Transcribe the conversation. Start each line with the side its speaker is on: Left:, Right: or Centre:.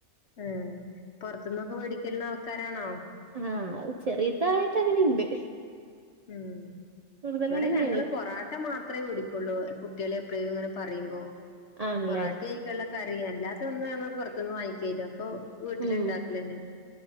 Left: ആഹ് പുറത്തുന്നൊക്കെ മേടിക്കൽന്ന ആൾക്കാരാണോ?
Right: ആഹ് ചെറിതായിട്ട് അങ്ങനെണ്ട്
Left: ഉം
Right: കൂടുതലങ്ങനെയാണ്
Left: ഇവടെ ഞങ്ങള് പൊറാ ട്ട മാത്രമേ വേടിക്കുള്ളൂ കുട്ടികളെ എപ്പഴും ഇങ്ങനെ പറയുമ്പോ
Right: ആണല്ലേ
Left: പൊറാട്ടി ആയിക്കുള്ള കറി അല്ലാത്ത ഒന്നും ഞങ്ങ പുറത്തൊന്ന് വാങ്ങിക്കല്ലോ അപ്പൊ വീട്ടില്
Right: ഉം
Left: ഇണ്ടാക്കലന്നെ